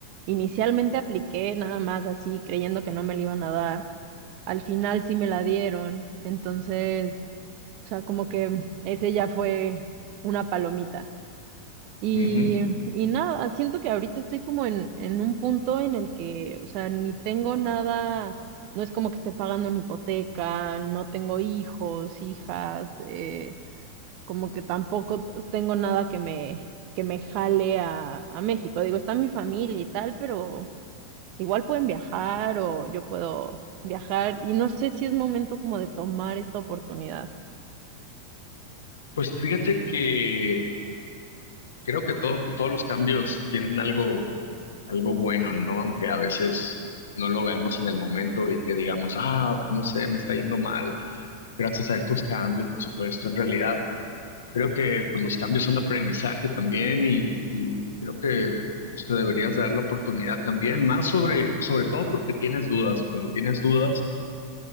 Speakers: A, on the right (about 45°); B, on the left (about 60°).
A: Inicialmente apliqué nada más así, creyendo que no me la iban a dar al final sí me la dieron. Entonces, o sea, como que ese ya fue una palomita. Y,
B: ujú.
A: y nada, siento que ahorita estoy como en, en un punto en el que, o sea, ni tengo nada, no es como que esté pagando una hipoteca, no tengo hijos, hijas, eh, como que tampoco t- tengo nada que me, que me jale a, a México. Digo, está mi familia y tal, pero Igual pueden viajar o yo puedo viajar y no sé si es momento como de tomar esta oportunidad.
B: Pues fíjate que Creo que todo, todos los cambios tienen algo, algo bueno, ¿no? Aunque a veces no lo veamos en el momento y que digamos, ah, no sé, me está yendo mal gracias a estos cambios y todo esto. En realidad, creo que pues los cambios son aprendizaje también y, y, y creo que pues, te deberías dar la oportunidad también, más sobre, sobre todo porque tienes dudas y cuando tienes dudas,